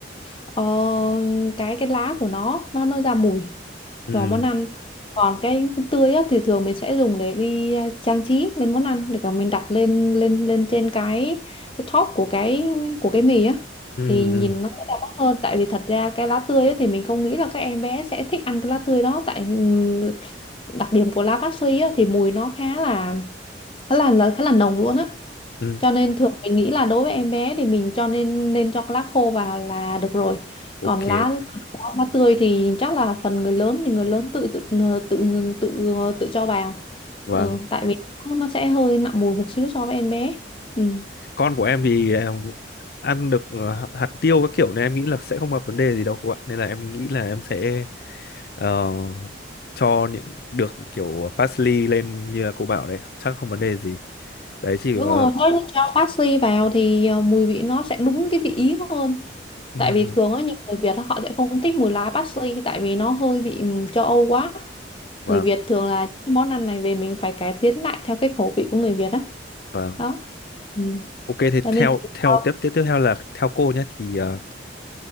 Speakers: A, on the left; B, on the left.
A: ờ, cái cái lá của nó nó nó ra mùi
B: ừ
A: cho món ăn còn cái tươi á, thì thường mình sẽ dùng để đi à, trang trí lên món ăn để cả mình đặt lên lên lên trên cái cái top của cái của cái mì á
B: ừ
A: thì nhìn
B: ừ
A: nó sẽ đẹp mắt hơn tại vì thật ra cái lá tươi á, thì mình không nghĩ là các em bé sẽ thích ăn cái lá tươi đó tại ừm, đặc điểm của lá bát suy á, thì mùi nó khá là khá là là khá là nồng luôn á
B: ừ.
A: cho nên thường mình nghĩ là đối với em bé thì mình cho nên nên cho lá khô vào là được rồi.
B: ok
A: Còn lá lá, lá tươi thì chắc là phần người lớn thì người lớn tự tự tự tự tự cho vào.
B: vâng
A: Ừ, tại vì nó sẽ hơi nặng mùi một xíu so với em bé. Ừ.
B: con của em thì em ăn được ờ, hạt tiêu các kiểu nên em nghĩ là sẽ không gặp vấn đề gì đâu cô ạ nên là em nghĩ là em sẽ ờ, cho những được kiểu parsley lên như là cô bảo đấy chắc không vấn đề gì đấy chỉ
A: Đúng
B: ờ,
A: rồi, nếu như cho parsley vào thì ờ, mùi vị nó sẽ đúng cái vị ý hơn.
B: ừ,
A: Tại vì
B: ừ.
A: thường á nhiều người Việt á, họ sẽ không thích mùi lá parsley tại vì nó hơi vị ừm, châu Âu quá.
B: vâng
A: Người Việt thường là cái món ăn này về mình phải cải tiến lại theo cái khẩu vị của người Việt á.
B: vâng
A: đó Ừ.
B: ok thì
A: cho
B: theo
A: nên tùy
B: theo
A: thôi.
B: tiếp tiếp tiếp theo là theo cô nhé thì ờ,